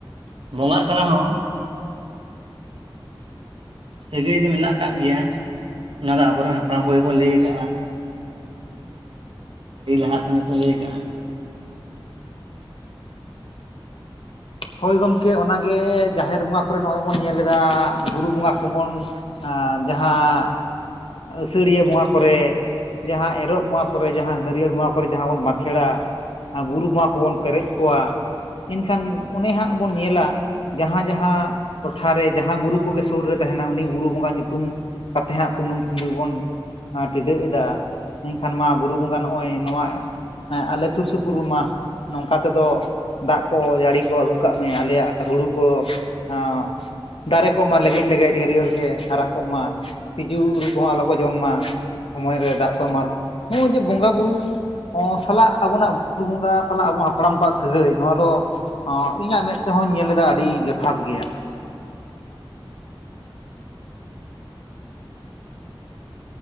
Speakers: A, on the right (about 80°); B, on the left (about 85°).
A: ᱵᱚᱸᱜᱟᱜ ᱥᱟᱞᱟᱜ ᱦᱚᱸ ᱥᱟᱹᱜᱟᱹᱭ ᱫᱚ ᱢᱮᱱᱟᱜ ᱟᱠᱟᱫ ᱜᱮᱭᱟ ᱚᱱᱟ ᱫᱚ ᱟᱵᱚᱨᱮᱱ ᱦᱟᱯᱲᱟᱢ ᱠᱚᱜᱮ ᱠᱚ ᱞᱟᱹᱭ ᱠᱟᱜᱼᱟ᱾ ᱟᱹᱰᱤ ᱞᱟᱦᱟ ᱠᱷᱚᱱ ᱜᱮ ᱠᱚ ᱞᱟᱹᱭ ᱟᱠᱟᱫᱼᱟ᱾
B: ᱦᱳᱭ ᱜᱚᱢᱠᱮ ᱚᱱᱟᱜᱮ ᱡᱟᱦᱮᱨ ᱵᱚᱸᱜᱟ ᱠᱚᱨᱮ ᱱᱚᱜᱼᱚᱭ ᱵᱚᱱ ᱧᱮᱞ ᱮᱫᱟ, ᱵᱩᱨᱩ ᱵᱚᱸᱜᱟ ᱠᱚᱵᱚᱱ ᱟᱸ ᱡᱟᱦᱟᱸ ᱟᱹᱥᱟᱹᱲᱤᱭᱟᱹ ᱵᱚᱸᱜᱟ ᱠᱚᱨᱮ ᱡᱟᱦᱟᱸ ᱮᱨᱚᱜ ᱵᱚᱸᱜᱟ ᱠᱚᱨᱮ ᱡᱟᱦᱟᱸ ᱦᱟᱹᱨᱭᱟᱹᱲ ᱵᱚᱸᱜᱟ ᱠᱚᱨᱮ ᱡᱟᱦᱟᱸ ᱵᱚᱱ ᱵᱟᱸᱠᱷᱮᱲᱟ ᱵᱩᱨᱩ ᱵᱚᱸᱜᱟ ᱠᱚᱵᱚᱱ ᱯᱮᱨᱮᱡ ᱠᱚᱣᱟ ᱮᱱᱠᱷᱟᱱ ᱚᱱᱮ ᱦᱟᱸᱜ ᱵᱚᱱ ᱧᱮᱞᱟ, ᱡᱟᱦᱟᱸ ᱡᱟᱦᱟᱸ ᱴᱚᱴᱷᱟᱨᱮ ᱡᱟᱦᱟᱸ ᱵᱩᱨᱩ ᱠᱚᱜᱮ ᱥᱩᱨ ᱨᱮ ᱛᱟᱦᱮᱱᱟ ᱩᱱᱤ ᱵᱩᱨᱩ ᱵᱚᱸᱜᱟ ᱧᱩᱛᱩᱢ ᱠᱟᱛᱮ ᱦᱟᱸᱜ ᱥᱩᱱᱩᱢ ᱥᱤᱸᱫᱩᱨ ᱵᱚᱱ ᱴᱤᱰᱟᱹᱜ ᱮᱫᱟ ᱮᱱᱠᱷᱟᱱ ᱢᱟ ᱵᱩᱨᱩ ᱵᱚᱸᱜᱟ ᱱᱚᱜᱼᱚᱭ ᱱᱚᱣᱟ ᱦᱮᱸ ᱟᱞᱮ ᱥᱩᱨ ᱥᱩᱯᱩᱨ ᱨᱮ ᱢᱟ ᱱᱚᱝᱠᱟ ᱛᱮᱫᱚ ᱫᱟᱜ ᱠᱚ ᱡᱟᱹᱲᱤ ᱫᱚ ᱟᱹᱜᱩ ᱠᱟᱜ ᱢᱮ ᱟᱞᱮᱭᱟᱜ ᱦᱩᱲᱩ ᱠᱚ ᱟᱸ ᱫᱟᱨᱮ ᱠᱚ ᱢᱟ ᱞᱮᱜᱮᱡ ᱞᱮᱜᱮᱡ ᱦᱟᱹᱨᱭᱟᱹᱲ ᱜᱮ ᱦᱟᱨᱟ ᱠᱚᱜ ᱢᱟ ᱛᱤᱡᱩ ᱠᱚᱦᱚᱸ ᱟᱞᱚ ᱠᱚ ᱡᱚᱢ ᱢᱟ, ᱥᱚᱢᱚᱭ ᱨᱮ ᱫᱟᱜ ᱠᱚ ᱮᱢᱟᱱ ᱱᱚᱜᱼᱚᱭ ᱡᱮ ᱵᱚᱸᱜᱟ ᱵᱩᱨᱩ ᱚᱸ ᱥᱟᱞᱟᱜ ᱟᱵᱚᱱᱟᱜ ᱵᱩᱨᱩ ᱵᱚᱸᱜᱟ ᱥᱟᱞᱟᱜ ᱟᱵᱚ ᱦᱟᱯᱲᱟᱢ ᱠᱚᱣᱟᱜ ᱥᱟᱹᱜᱟᱹᱭ, ᱱᱚᱣᱟ ᱫᱚ ᱚᱸ ᱤᱧᱟᱹᱜ ᱢᱮᱫ ᱛᱮᱦᱚᱧ ᱧᱮᱞ ᱮᱫᱟ ᱟᱹᱰᱤ ᱡᱚᱛᱷᱟᱛ ᱜᱮᱭᱟ᱾